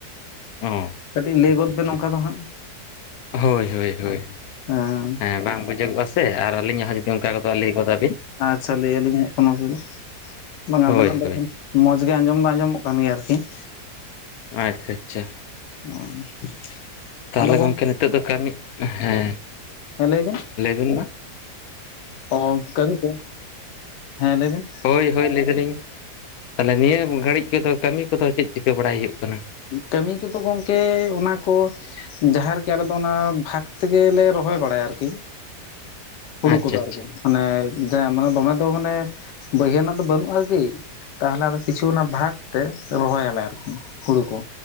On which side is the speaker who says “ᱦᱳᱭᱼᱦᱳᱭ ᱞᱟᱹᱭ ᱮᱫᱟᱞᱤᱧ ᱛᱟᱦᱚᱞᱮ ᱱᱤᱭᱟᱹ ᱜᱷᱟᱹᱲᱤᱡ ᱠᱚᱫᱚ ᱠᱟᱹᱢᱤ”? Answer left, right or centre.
Left